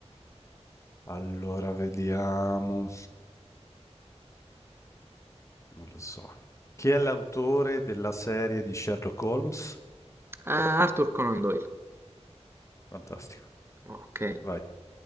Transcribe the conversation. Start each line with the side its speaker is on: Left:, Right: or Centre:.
Left: Allora vediamo. Non lo so. Chi è l'autore della serie di Sherlock Holmes?
Right: Eh, Arthur Conan Doyle.
Left: Fantastico.
Right: Ok,
Left: Vai.